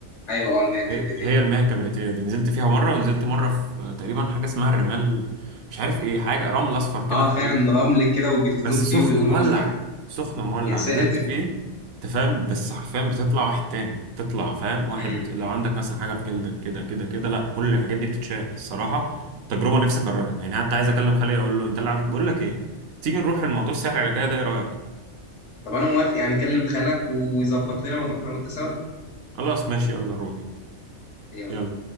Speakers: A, on the left (about 60°); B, on the right (about 80°).
A: ايوه اه ان هي الكبريتيه
B: هي هي المياه الكبريتيه دي نزلت فيها مره ونزلت مره في تقريبا حاجه اسمها الرمال مش عارف ايه حاجه رمل اصفر كده
A: اه
B: تقريبا
A: فعلا رمل كده وبيدفنوك
B: بس
A: فيه
B: سخن
A: وبيقولوا
B: مولع
A: مش عارف
B: سخن مولع
A: يا ساتر
B: نزلت فيه انت فاهم بس حرفيا بتطلع واحد تاني بتطلع فاهم واحد
A: مم.
B: لو عندك مثلا حاجه في جلدك كده كده كده لا كل الحاجات دي بتتشال الصراحه تجربه نفسي اكررها يعني حتى عايز اكلم خالي اقول له انت اللي عليك بقول لك ايه تيجي نروح الموضوع السهل على الرجاية ده ايه رايك
A: طب انا موافق يعني كلم خالك ويظبط لنا ونروح انا وانت سوا
B: خلاص ماشي يلا نروح
A: يلا
B: يلا